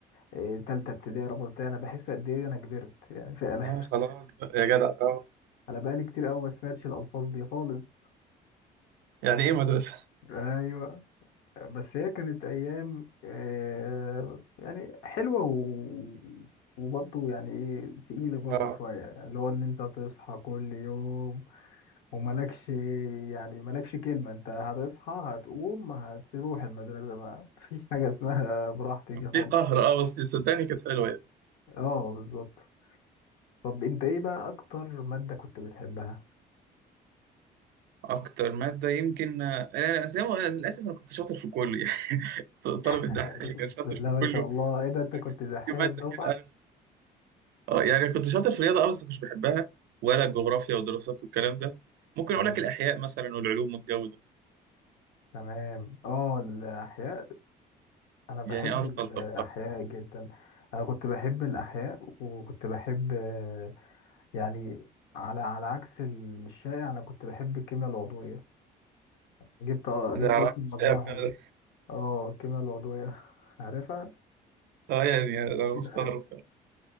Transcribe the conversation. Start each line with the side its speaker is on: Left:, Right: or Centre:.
Left: آه، تالته ابتدائي رابعه ابتدائي انا بحس قد ايه انا كبرت يعني فعلا
Right: اه خلاص بقى يا جدع اه
Left: <laughs> انا بقالي كتير قوي ما سمعتش الالفاظ دي خالص
Right: يعني ايه مدرسة
Left: ايوه بس هي كانت ايام آه، يعني حلوه و... وبرضه يعني ايه تقيله برضه
Right: اه
Left: شويه يعني اللي هو ان انت تصحى كل يوم وملكش يعني ملكش كلمه انت هتصحى هتقوم هتروح المدرسه ما فيش <laughs> حاجه اسمها براحتي
Right: كان
Left: دي خالص
Right: في قهر اه بس صدقني كانت حلوه يعني
Left: اه بالظبط طب انت ايه بقى اكتر ماده كنت بتحبها
Right: اكتر ماده يمكن آه، انا أنا زي ما أنا للاسف انا كنت شاطر في كله يعني <laughs> طالب الدحيح
Left: <laughs>
Right: اللي كان
Left: بسم
Right: شاطر
Left: الله
Right: في
Left: ما
Right: كله
Left: شاء الله ايه ده انت
Right: فكان
Left: كنت دحيح
Right: في ماده
Left: الدفعه
Right: كده عارف اه يعني كنت شاطر في الرياضه اه بس ما كنتش بحبها ولا الجغرافيا والدراسات والكلام ده ممكن اقول
Left: تمام
Right: لك الاحياء مثلا والعلوم والجو ده
Left: تمام اه الاحياء انا بحب
Right: يعني اه استلطفتها
Left: الاحياء جدا انا كنت بحب الاحياء وكنت بحب آه، يعني على على عكس الشائع انا كنت بحب الكيمياء العضويه جبت آه،
Right: ده
Left: جبت
Right: على
Left: اصلا
Right: عكس
Left: مجموع
Right: الشائع فعلا
Left: حلو اه الكيمياء العضويه <laughs> عارفها
Right: اه يعني انا
Left: اكيد
Right: مستغرب
Left: عارف
Right: فعلا